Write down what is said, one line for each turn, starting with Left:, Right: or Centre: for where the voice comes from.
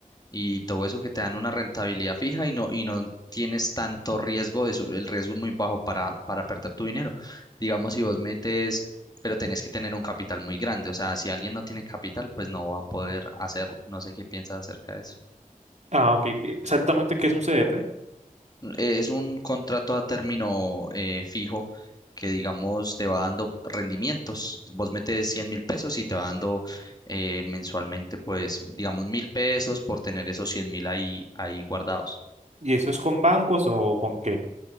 Left: y todo eso que te dan una rentabilidad fija y no, y no tienes tanto riesgo, eso, el riesgo es muy bajo para, para perder tu dinero. Digamos, si vos metes, pero tenés que tener un capital muy grande. O sea, si alguien no tiene capital, pues no va a poder hacerlo. No sé qué piensas acerca de eso.
Right: Ah, ok, exactamente qué es un CDT
Left: eh, Es un contrato a término eh, fijo que, digamos, te va dando rendimientos. Vos metes cien mil pesos y te va dando eh, mensualmente, pues, digamos, mil pesos por tener esos cien mil ahí, ahí guardados.
Right: y eso es con bancos o con qué.